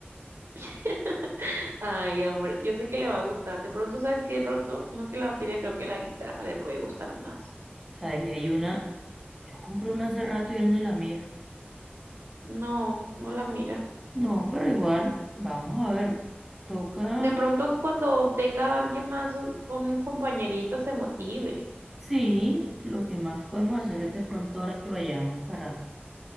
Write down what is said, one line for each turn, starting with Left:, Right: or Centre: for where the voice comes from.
Right: <laughs> ay, amor, yo sé que le va a gustar. De pronto, ¿sabes qué? De pronto, más que la batería, creo que la guitarra le puede gustar más.
Centre: O sea, ahí hay una. Yo compré una hace rato y él ni la mira.
Right: No, no la mira.
Centre: No, pero igual, vamos a ver. Toca.
Right: De pronto, cuando tenga a alguien más o o un compañerito, se motive.
Centre: Sí, lo que más podemos hacer es de pronto ahora que vayamos para,